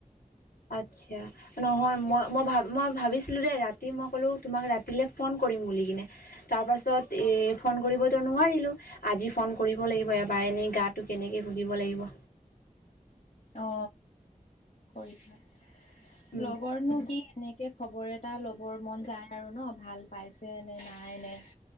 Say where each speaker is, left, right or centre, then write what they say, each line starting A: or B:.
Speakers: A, on the left; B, on the left.
A: আচ্ছা। নহয় মই, মই, ভ, মই ভাবিছিলোঁ দেই ৰাতি মই ক'লোঁ তোমাক ৰাতিলৈ ফোন কৰিম বুলি কিনে। তাৰপাছত এই ফোন কৰিবতো নোৱাৰিলোঁ। আজি ফোন কৰিব লাগিব এবাৰ, এনেই গাটো কেনেকৈ সুধিব লাগিব।
B: অ, কৰিবা,
A: উম,
B: লগৰনো কি? সেনেকে খবৰ এটা ল'বৰ মন যায় আৰু ন, ভাল পাইছে নে, নাই, নে।